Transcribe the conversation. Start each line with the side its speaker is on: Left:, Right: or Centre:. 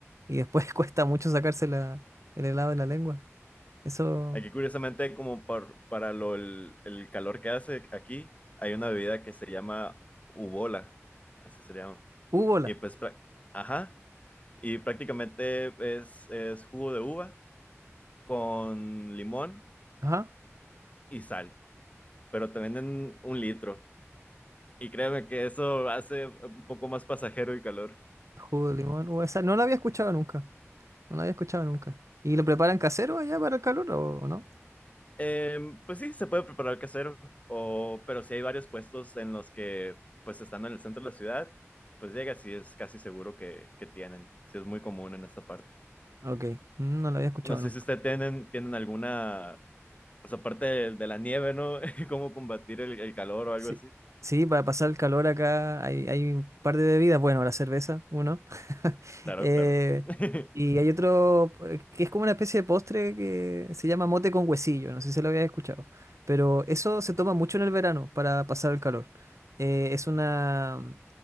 Right: y después <laughs> cuesta mucho sacarse la, el helado de la lengua. Eso,
Left: Aquí, curiosamente, como por- para lo, el, el calor que hace aquí, hay una bebida que se llama ubola, así se llama.
Right: hubo la,
Left: Y pues, prá- ajá, y prácticamente es, es jugo de uva con limón
Right: Ajá,
Left: y sal, pero te venden un litro. Y créeme que eso hace un poco más pasajero y calor.
Right: jugo de limón, uh, esa no la había escuchado nunca. No lo había escuchado nunca. ¿Y lo preparan casero allá para el calor o, o no?
Left: Em, pues sí, se puede preparar casero, o, pero si hay varios puestos en los que, pues estando en el centro de la ciudad, pues llega, sí es casi seguro que, que tienen, sí es muy común en esta parte.
Right: Ok, mm, no lo había escuchado
Left: No sé
Right: nunca.
Left: si ustedes tienen, tienen alguna, pues aparte de, de la nieve, ¿no? <laughs> ¿Cómo combatir el el calor o algo
Right: Sí.
Left: así?
Right: Sí, para pasar el calor acá hay, hay un par de bebidas. Bueno, la cerveza, uno. <laughs>
Left: Claro,
Right: Eh,
Left: claro. <laughs>
Right: y hay otro eh, que es como una especie de postre que se llama mote con huesillo. No sé si lo habías escuchado. Pero eso se toma mucho en el verano para pasar el calor. Eh, es una.